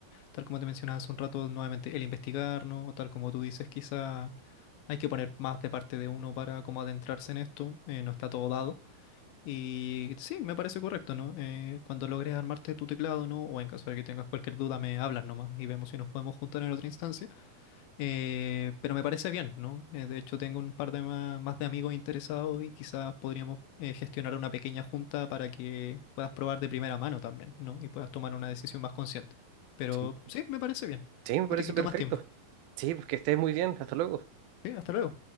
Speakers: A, on the left (about 80°); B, on the right (about 80°).
A: Tal como te mencionaba hace un rato, nuevamente, el investigar, ¿no? o Tal como tú dices, quizá hay que poner más de parte de uno para como adentrarse en esto, eh, no está todo dado. Y sí, me parece correcto, ¿no? Eh, cuando logres armarte tu teclado, ¿no? O en caso de que tengas cualquier duda, me hablas nomás y vemos si nos podemos juntar en otra instancia. Eh, pero me parece bien, ¿no? Eh, de hecho, tengo un par de ma- más, de amigos interesados y quizás podríamos eh, gestionar una pequeña junta para que puedas probar de primera mano también, ¿no? Y puedas tomar una decisión más consciente. Pero
B: Sí.
A: sí, me parece bien.
B: Sí, me parece
A: No te quito
B: perfecto.
A: más tiempo.
B: Sí, pues que estés muy bien. Hasta luego.
A: Sí, hasta luego.